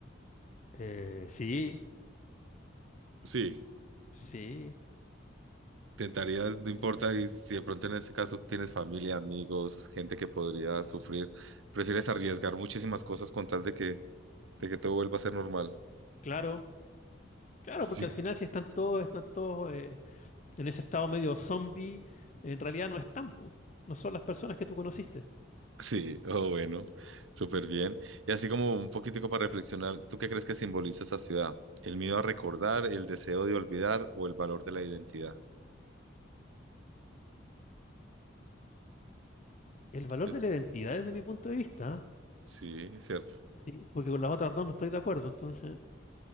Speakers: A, on the left (about 40°); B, on the right (about 85°).
A: Eh, sí,
B: Sí,
A: sí,
B: intentarías, no importa, y si de pronto en este caso tienes familia, amigos, gente que podría sufrir, prefieres arriesgar muchísimas cosas con tal de que, de que todo vuelva a ser normal.
A: claro, claro,
B: <laughs>
A: porque al final
B: Sí.
A: si están todos, están todos eh, en ese estado medio zombie, en realidad no están, po. No son las personas que tú conociste.
B: Sí, oh, bueno, súper bien. Y así como un poquitico para reflexionar, ¿tú qué crees que simboliza esa ciudad? ¿El miedo a recordar, el deseo de olvidar o el valor de la identidad?
A: El valor
B: Eh,
A: de la identidad desde mi punto de vista, ¿ah?
B: Sí, cierto.
A: sí, porque con las otras dos no estoy de acuerdo, entonces.